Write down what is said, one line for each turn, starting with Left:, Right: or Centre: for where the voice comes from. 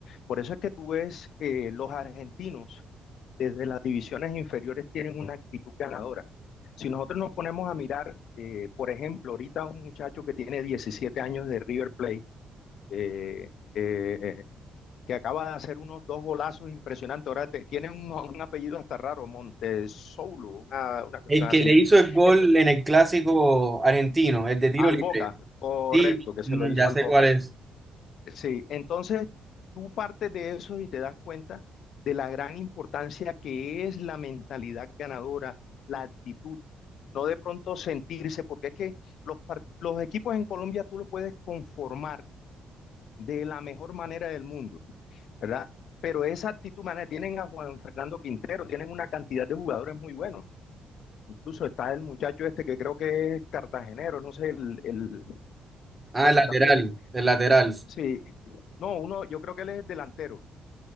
Left: Por eso es que tú ves eh, los argentinos desde las divisiones inferiores tienen una actitud ganadora. Si nosotros nos ponemos a mirar, eh, por ejemplo, ahorita un muchacho que tiene 17 años de River Plate, eh, eh, que acaba de hacer unos dos golazos impresionantes, ahora te, tiene un, un, apellido hasta raro, Montesoulo, una, una cuestión
Right: El que
Left: así.
Right: le hizo el gol
Left: Entonces,
Right: en el clásico argentino, el de tiro
Left: al
Right: libre.
Left: Boca, correcto,
Right: Sí,
Left: que se
Right: mm,
Left: lo hizo
Right: ya
Left: al
Right: sé
Left: Boca.
Right: cuál es.
Left: Sí, entonces tú partes de eso y te das cuenta de la gran importancia que es la mentalidad ganadora, la actitud no de pronto sentirse, porque es que los, part- los equipos en Colombia tú los puedes conformar de la mejor manera del mundo, ¿verdad? Pero esa actitud, man, tienen a Juan Fernando Quintero, tienen una cantidad de jugadores muy buenos. Incluso está el muchacho este que creo que es cartagenero, no sé, el, el-
Right: Ah,
Left: bueno,
Right: el lateral,
Left: también.
Right: el lateral.
Left: Sí, no, uno, yo creo que él es delantero,